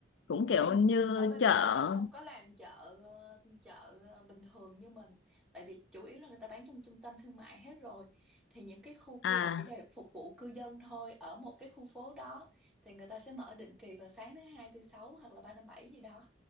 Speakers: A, on the left; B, in the centre.
A: cũng kiểu
B: không
A: như
B: ở bên
A: chợ
B: đó người ta không có làm chợ ờ, chợ ờ, bình thường như mình tại vì chủ yếu là người ta bán trong trung tâm thương mại hết rồi thì những cái khu kia
A: à
B: là chỉ để phục vụ cư dân thôi ở một cái khu phố đó thì người ta sẽ mở định kỳ vào sáng thứ hai thứ sáu hoặc là ba năm bảy gì đó